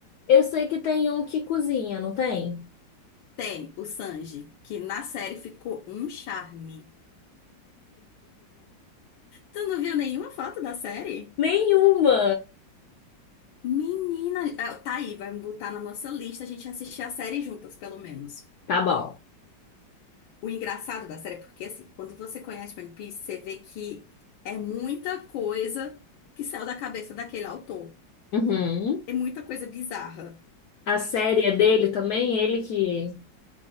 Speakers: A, on the left; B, on the left.
A: Eu sei que tem um que cozinha, não tem?
B: Tem o Sanji, que na série ficou um charme. Tu não viu nenhuma foto da série?
A: Nenhuma.
B: Menina, ah, tá aí, vai botar na nossa lista a gente assistir a série juntas, pelo menos.
A: Tá bom.
B: O engraçado da série é porque, assim, quando você conhece One Piece, você vê que é muita coisa que saiu da cabeça daquele autor.
A: Uhum.
B: É muita coisa bizarra.
A: A série é dele também, ele que.